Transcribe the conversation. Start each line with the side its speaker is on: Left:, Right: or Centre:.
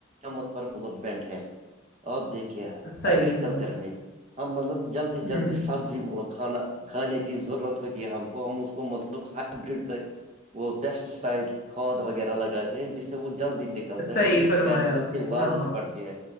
Right: مت پر مطلب ڈپینڈ ہے آپ دیکھیے
Left: صحیح
Right: ایگریکلچر
Left: فرمایا
Right: میں ہم مطلب جلدی
Left: ہوں
Right: جلدی سبزی مطلب کھانا کھانے کی ضرورت ہوتی ہے ہم کو ہم اس کو مطلب ہائبرڈ وہ پیسٹی سائڈ کھاد وغیرہ لگاتے ہیں جسے وہ جلدی ن کرتا
Left: صحیح
Right: ہے ہم کو
Left: فرمایا
Right: پیسوں
Left: آپ
Right: کی
Left: نے
Right: لالچ
Left: ہاں
Right: پڑتی ہے